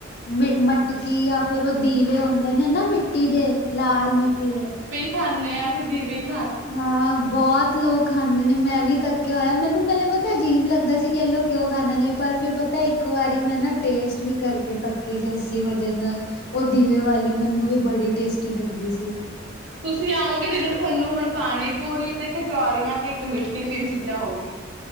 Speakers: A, on the left; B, on the right.
A: ਮਿ ਮਟਕੀਆਂ ਫੇਰ ਓ ਦੀਵੇ ਓਂਦੇ ਨੇ ਨਾ ਮਿੱਟੀ ਦੇ, ਲਾਲ ਮਿੱਟੀ ਦੇ
B: ਖਾਂਨੇ ਆਂ ਅਸੀ ਦੀਵੇ ਈ
A: ਹਾਂ ਬੋਤ ਲੋਕ ਖਾਂਦੇ ਨੇ ਮੈਂ ਵੀ ਤੱਕੇਆ ਓਯੈ ਮੈਨੂੰ ਪੈਲੇ ਪਤਾ ਅਜੀਬ ਲੱਗਦਾ ਸੀ ਕੀ ਐ ਲੋ ਕਯੋ ਖਾਂਦੇ ਨੇ ਪਰ ਫਿਰ ਪਤਾ ਇੱਕ ਵਾਰੀ ਮੈਂ ਨਾ ਟੇਸਟ ਵੀ ਕਰਕੇ ਤੱਕੀ ਐਸੀ ਵਜੇ ਨਾਲ ਓ ਦੀਵੇ ਵਾਲੀ ਮੈਨੂੰ ਵੀ ਬੜੀ ਟੇਸਟੀ ਲੱਗੀ ਸੀ।
B: ਤੁਸੀਂ ਵੀ ਆਓਗੇ ਜਿਦਨ ਤੁਹਾਨੂੰ ਹੁਣ ਪਾਣੀ ਪੂਰੀ ਤੇ ਕਚੌਰੀਆਂ ਤੇ ਇੱਕ ਮਿੱਟੀ ਤਿੰਨ ਚੀਜਾ ਹੋ ਗਈਆਂ।